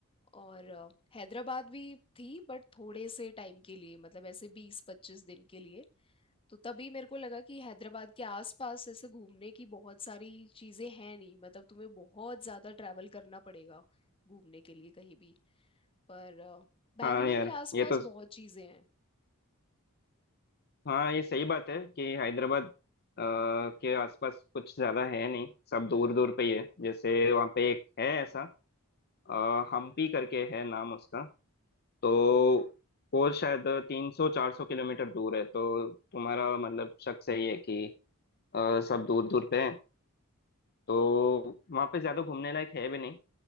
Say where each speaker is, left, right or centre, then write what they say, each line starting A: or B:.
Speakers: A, on the left; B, on the left.
A: और अ, हैदराबाद भी थी बट थोड़े से टाइम के लिए मतलब ऐसे बीस पच्चीस दिन के लिए तो तभी मेरे को लगा कि हैदराबाद के आसपास ऐसे घूमने की बहुत सारी चीज़ें हैं नहीं मतलब तुम्हें बहुत ज़्यादा ट्रैवल करना पड़ेगा घूमने के लिए कहीं भी पर अ, बैंगलोर
B: हाँ यार
A: के आसपास
B: ये तो
A: बहुत चीजें हैं
B: हाँ ये सही बात है कि हैदराबाद अ, के आसपास कुछ ज्यादा है नहीं सब दूर दूर पे ही है जैसे वहाँ पे एक है ऐसा अ, हम्पी करके है नाम उसका तो वो शायद तीन सौ चार सौ किलोमीटर दूर है तो तुम्हारा मतलब शक सही है कि अ, सब दूर दूर पे है तो वहाँ पे ज्यादा घूमने लायक है भी नहीं